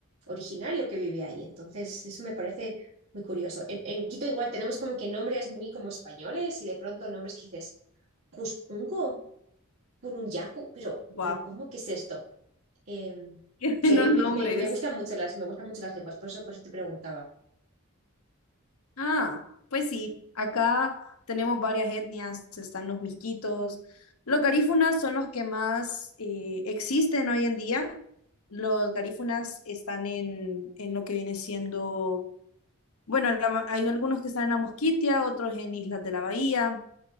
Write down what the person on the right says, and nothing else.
originario que vive ahí. Entonces, eso me parece muy curioso. En, en Quito igual tenemos como que nombres muy como españoles y de pronto nombres que dices, Cuscungo, Pununyaku, pero,
pero ¿cómo que es esto? Eh,
sí, a mí-
me, me- me gustan mucho las, me gustan mucho las lenguas, por eso, por eso te preguntaba.